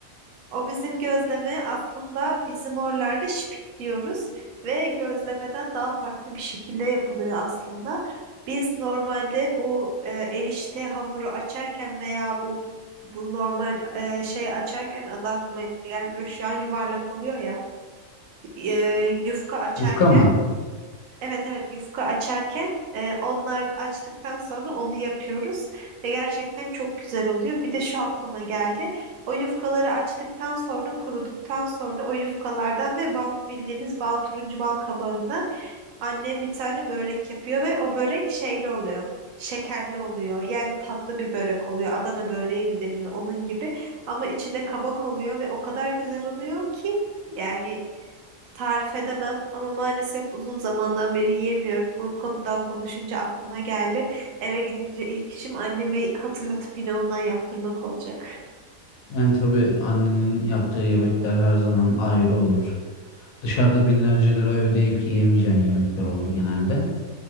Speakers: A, on the right (about 75°); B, on the left (about 80°).
A: O bizim gözleme aslında bizim oralarda şipik diyoruz ve gözlemeden daha farklı bir şekilde yapılıyor aslında. Biz normalde bu e, erişte hamuru açarken veya bu bu normal e, şey açarken adı aklıma gelmiyor şu an yuvarlak oluyor ya e, yufka açarken
B: Yufka mı?
A: Evet evet yufka açarken e, onlar açtıktan sonra onu yapıyoruz ve gerçekten çok güzel oluyor. Bir de şu aklıma geldi. O yufkaları açtıktan sonra kuruduktan sonra o yufkalardan ve bal bildiğimiz bal turuncu bal kabağından annem bir tane börek yapıyor ve o börek şeyli oluyor. Şekerli oluyor. Yani tatlı bir börek oluyor. Adana böreği mi deniyor onun gibi. Ama içinde kabak oluyor ve o kadar güzel oluyor ki yani tarif edemem ama maalesef uzun zamandan beri yiyemiyorum. Bu konuda konuşunca aklıma geldi. Eve gidince ilk işim anneme hatırlatıp yine ondan yaptırmak olacak.
B: Yani tabii annenin yaptığı yemekler her zaman ayrı olur. Dışarıda binlerce lira ödeyip yiyemeyeceğin yemekler olur genelde.